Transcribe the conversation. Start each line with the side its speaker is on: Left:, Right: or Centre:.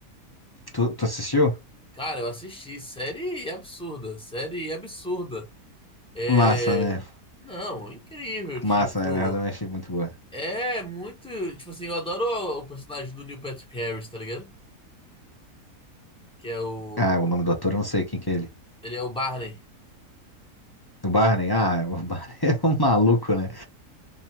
Left: Tu, tu assistiu?
Centre: Cara, eu assisti. Série absurda. Série absurda. É...
Left: Massa, né?
Centre: Não, é incrível. Tipo,
Left: Massa, né? Eu também achei muito boa.
Centre: é muito. Tipo assim, eu adoro o, o personagem do Neil Patrick Harris, tá ligado? Que é o. o-
Left: Ah, o nome do ator eu não sei quem que é ele.
Centre: Ele é o Barney.
Left: O Barney? Ah, o Barney <laughs> é um maluco, né?